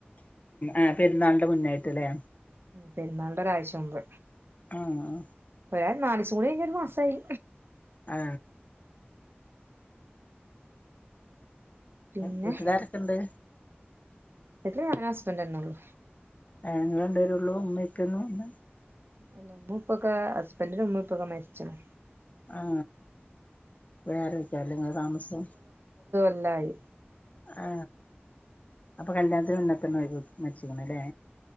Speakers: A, on the left (about 35°); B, on the right (about 65°).
A: ആ പെരുന്നാൾന്റെ മുന്നായ്ട്ട്ലേ
B: പെരുന്നാൾന്റെ ഒരാഴ്ച മുൻപ്
A: ആഹ്
B: ദേ നാലീസം കൂടി കഴ്ഞ്ഞാ ഒരു മാസായി
A: ആ
B: പിന്നെ
A: വീട്ട്ലാരൊക്കെണ്ട്‌
B: ല് ഹസ്ബെന്റെന്നെള്ളു
A: ആ ങ്ങള് രണ്ട് പേരെന്നൊള്ളു ഉമ്മീം ഉപ്പയും ഒന്നുല്ല
B: പിന്നെ മ്മുപ്പക്കെ ഹുസ്ബർന്റിന്റെ ഉമ്മേപ്പേംക്കെ മരിച്ച്ണ്
A: ആ വേറെയിക്കല്ലേ ഇങ്ങള് താമസിക്കണേ.
B: ല്ലായി
A: ആ അപ്പൊ കല്യാണത്തിന്റെ മുന്നെത്തന്നെ <unintelligible> മരിച്ച്ക്ക്‌ണ്ലേ